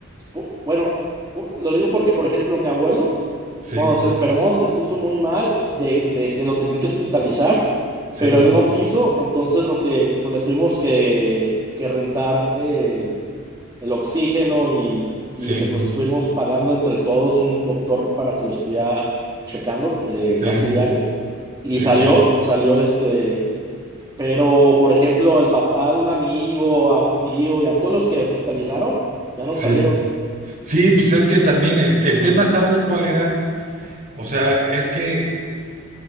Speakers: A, on the right; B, on the right.
A: Pu- Bueno, pu- lo digo porque, por ejemplo, mi abuelo,
B: Sí,
A: cuando se enfermó, se puso muy mal de, de que lo tenían que hospitalizar,
B: sí,
A: pero él no quiso, entonces lo que, pues le tuvimos que, que rentar eh, el oxígeno y, y
B: sí,
A: le pues estuvimos pagando entre todos un doctor para que lo estuviera checando eh,
B: sí,
A: casi diario. Y
B: sí,
A: salió, salió este, Pero, por ejemplo, el papá de un amigo, a un tío y a todos los que hospitalizaron, ya no
B: sí.
A: salieron.
B: Sí, pues es que también el, el tema, ¿sabes cuál era? O sea, es que